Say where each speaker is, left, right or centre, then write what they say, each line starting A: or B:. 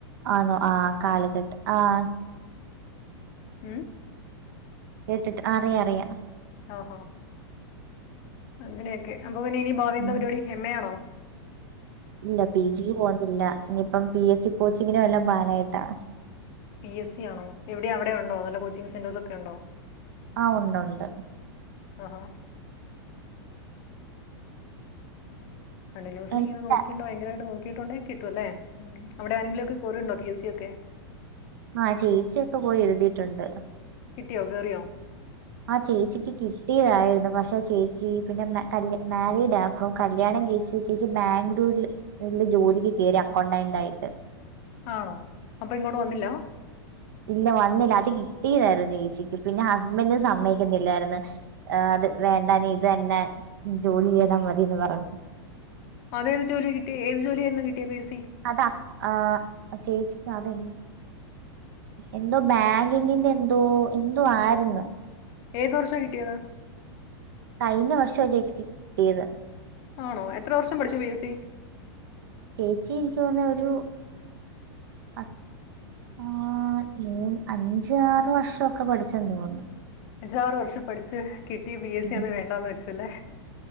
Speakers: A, on the right (about 55°); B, on the left (about 25°).
A: ആണോ ആഹ് കാലഘട്ട് ആഹ്
B: ഉം
A: കേട്ടിട്ട് അറിയ അറിയ
B: ഓഹോ അങ്ങനെയൊക്കെ അപ്പെ പിന്നെ ഇനി ഭാവയെന്താ
A: ഉം
B: പരിപാടി എംഎ യാണോ
A: ഇല്ല പി ജി പോകുന്നില്ല ഇനിയിപ്പം പി എസ് സി കോച്ചിങ്ങിനും വല്ലം പാനായിട്ടാ
B: പി എസ് സി ആണോ എവിടെ അവിടെ ഉണ്ടോ നല്ല കോച്ചിങ് സെന്റേർസ് ഒക്കെ ഒണ്ടോ
A: ആഹ് ഒണ്ട് ഒണ്ട്
B: ഒഹോ കണ്ടിന്യൂസിലിങ്ങനെ
A: ഇല്ല.
B: നോക്കിണ്ടെ ഭയങ്കര നോക്കിട്ടുണ്ടങ്ക കിട്ടു അല്ലേ ഉം അവിടെ ആരെങ്കിലും ഒക്കെ കേറിയിട്ടുണ്ടോ പി എസ് സി ക്കെ
A: ആഹ് ചേച്ചിയൊക്കെ പോയി എഴുതീയിട്ടുണ്ട്
B: കിട്ടിയോ കേറിയോ
A: ആ ചേച്ചിക്ക് കിട്ടിയതായിരുന്നു പക്ഷെ ചേച്ചി പിന്നെ മാരീഡാ അപ്പം കല്യാണം കഴിച്ച ചേച്ചിക്ക് ബാംഗ്ലൂരിൽ വലിയ ജോലികിട്ടിയതാ അക്കൗണ്ടന്റായിട്ട്
B: ആഹ് അപ്പെ ഇങ്ങോട്ട് വന്നില്ല
A: ഇല്ല വന്നില്ല അത് കിട്ടിയതായിരുന്നു ചേച്ചിക്ക് പിന്നെ ഹസ്ബന്റ് സമ്മതികത്തില്ലായിരന്ന് അത് വേണ്ടന്ന് ഇത് തന്നെ ജോലി ചെയ്താ മതിന്ന് പറഞ്ഞ്
B: അത് ഏത് ജോലി കിട്ടിയെ ഏത് ജോലിയായിരുന്നു കിട്ടിയെ പി എസ് സി
A: അത് അപ് ആഹ് ചേച്ചിക്ക് അതെ എന്തോ ബാങ്കിങ്ങിന്റെ എന്തോ എന്തോ ആര്ന്നു
B: ഏത് വർഷ കിട്ടിയത്
A: കഴിഞ്ഞ വർഷവാ ചേച്ചിക്ക് കിട്ടിയത്
B: ആണോ എത്ര വർഷം പഠിച്ചു പി എസ് സി
A: ചേച്ചി എനിക്ക് തോന്നുന്ന ഒരു ആഹ് ആഹ് ഏഴ് അയിഞ്ച് ആറ് വർഷക്കെ പഠിച്ചെന്ന് തോന്നുന്നു
B: അഞ്ചാറ് വർഷം പഠിച്ച കിട്ടിയ പി എസ്
A: ഉം.
B: സി അന്ന് വേണ്ടാന്ന് വെച്ച് അല്ലേ